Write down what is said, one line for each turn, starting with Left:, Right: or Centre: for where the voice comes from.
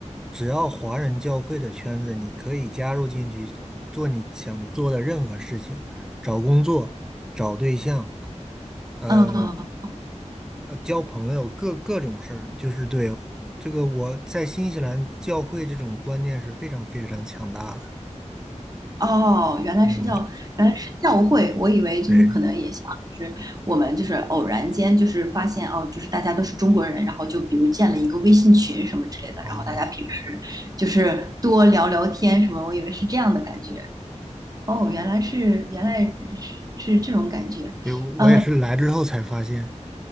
Centre: 只要华人教会的圈子，你可以加入进去，做你想做的任何事情，找工作、找对象，呃
Right: 哦
Centre: 呃，交朋友，各各种事儿，就是对这个我在新西兰教会这种观念是非常非常强大的。
Right: 哦，原来是教，
Centre: 嗯，
Right: 原来是教会，我以为就是可能也像就是我们就是偶然间就是发现哦，
Centre: 对，
Right: 就是大家都是中国人，然后就比如建了一个微信群什么之类的，
Centre: 哦，
Right: 然后大家平时就是多聊聊天什么，我以为是这样的感觉。哦，原来是原来是是这种感觉。
Centre: 对，我也是来之后才发现，
Right: 呃